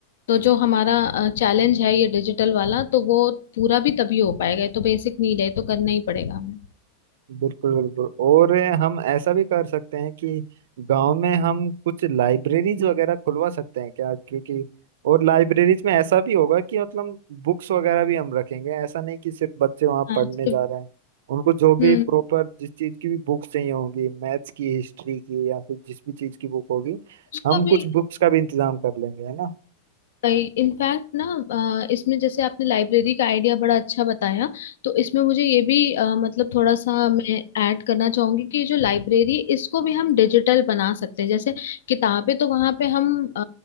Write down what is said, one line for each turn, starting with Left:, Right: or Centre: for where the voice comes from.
Left: तो जो हमारा चैलेंज है ये डिजिटल वाला तो वो पूरा भी तभी हो पाएगा ये तो बेसिक नीड है ये तो करना ही पड़ेगा हमें
Right: बिल्कुल बिल्कुल और हम ऐसा भी कर सकते हैं कि गांव में हम कुछ लाइब्रेरीज वगैरह खुलवा सकते हैं क्या क्योंकि और लाइब्रेरीज में ऐसा भी होगा कि मतलब बुक्स वगैरह भी हम रखेंगे ऐसा नहीं कि सिर्फ बच्चे वहां
Left: हाँ
Right: पढ़ने
Left: तो-
Right: जा रहे हैं उनको जो
Left: हम्म
Right: भी प्रॉपर जिस चीज की भी बुक्स चाहिए होंगी मैथ्स की हिस्ट्री की या फिर जिस भी चीज की बुक होगी
Left: उसको
Right: हम
Left: भी
Right: कुछ बुक्स का भी इंतजाम कर लेंगे है
Left: इनफैक्ट ना अ, इसमें जैसे आपने लाइब्रेरी का आइडिया बड़ा अच्छा बताया तो इसमें मुझे ये भी अ, मतलब थोड़ा सा मैं ऐड करना चाहूंगी कि जो लाइब्रेरी है इसको भी हम डिजिटल बना सकते हैं जैसे किताबें तो वहाँ पे हम अ,